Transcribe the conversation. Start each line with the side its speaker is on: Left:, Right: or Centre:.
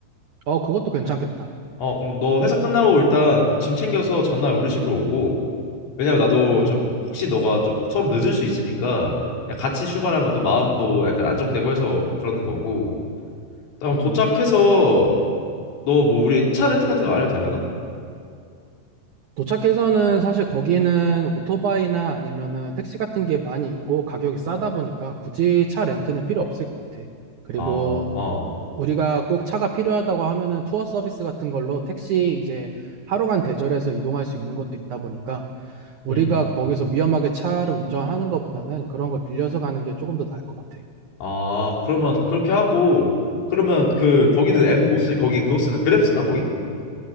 Right: 어, 그것도 괜찮겠다.
Left: 어 그럼 너 회사 끝나고 일단 그짐 챙겨서 전날 우리 집으로 오고 왜냐면 나도 좀 혹시 너가 좀 서로 늦을 수 있으니까 그냥 같이 출발하면 또 마음도 약간 안정되고 해서 그러는 거고. 그럼
Right: 음.
Left: 도착해서
Right: 음.
Left: 너 뭐 우리 차 렌트 같은 거 안 해도 되려나?
Right: 도착해서는 사실 거기는 오토바이나 아니면은 택시 같은 게 많이 있고 가격이 싸다 보니까 굳이 차 렌트는 필요 없을 것 같아. 그리고
Left: 어, 어,
Right: 우리가 꼭 차가 필요하다고 하면은 투어 서비스 같은 걸로 택시 이제 하루간 대절해서 이동할 수 있는 것도 있다 보니까 우리가
Left: 음.
Right: 거기서 위험하게 차를 운전하는 것보다는 그런 걸 빌려서 가는 게 조금 더 나을 것 같아.
Left: 아, 그러면 그렇게 하고, 그러면 그, 거기는 앱 못 쓰? 거기 그거 쓰나? 그랩 쓰나, 거기?